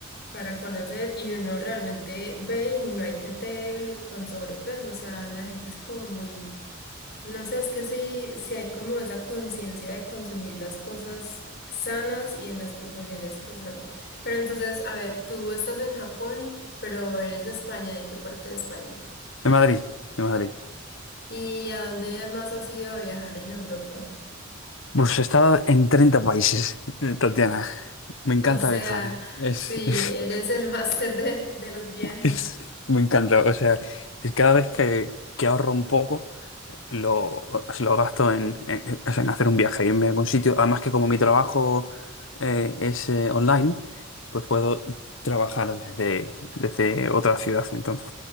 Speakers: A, on the left; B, on the left.
A: para conocer y uno realmente ve y no hay gente con sobrepeso, o sea, la gente es como muy No sé, es que sí, sí hay como esa conciencia de consumir las cosas sanas y en las proporciones que son. Pero entonces, a ver, tú estás en Japón, pero eres de España, ¿de qué parte de España?
B: De Madrid, de Madrid.
A: ¿Y a dónde más has ido a viajar en Europa? <laughs>
B: Pues he estado en 30 países, eh, Tatiana. Me encanta
A: O sea,
B: viajar, ¿eh? Es,
A: sí,
B: <laughs> es-
A: eres el máster del- de los viajes.
B: es- me encanta. O sea, es cada vez que, que ahorro un poco, lo, se lo gasto en, en- o sea, en hacer un viaje, irme a algún sitio. Además que como mi trabajo eh, es eh, online, pues puedo trabajar desde, desde otra ciudad. Entonces,